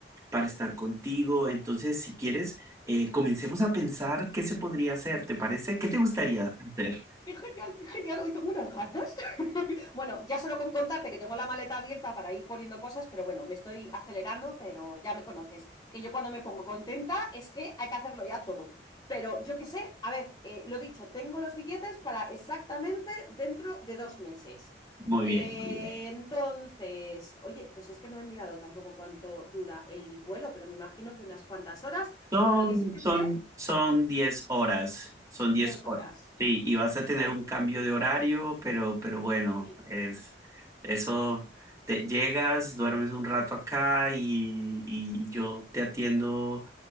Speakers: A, on the right; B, on the left.
A: para estar contigo, entonces si quieres, eh, comencemos a pensar qué se podría hacer, ¿te parece? ¿Qué te gustaría hacer?
B: <laughs> Qué genial, qué genial, hoy tengo unas ganas. <laughs> Bueno, ya solo con contarte que tengo la maleta abierta para ir poniendo cosas, pero bueno, me estoy acelerando, pero ya me conoces, que yo cuando me pongo contenta es que hay que hacerlo ya todo. Pero yo qué sé, a ver, eh, lo dicho, tengo los billetes para exactamente dentro de dos meses.
A: Muy
B: Eh,
A: bien, muy bien.
B: entonces, oye, pues es que no he mirado tampoco cuánto dura el vuelo, pero me imagino que unas cuantas horas,
A: Son,
B: pero lo que sí que
A: son,
B: sé,
A: son 10 horas, son diez
B: 10
A: horas.
B: horas.
A: Sí, y vas a tener un cambio de horario, pero, pero bueno,
B: Sí.
A: es eso, te llegas, duermes un rato acá y, y yo te atiendo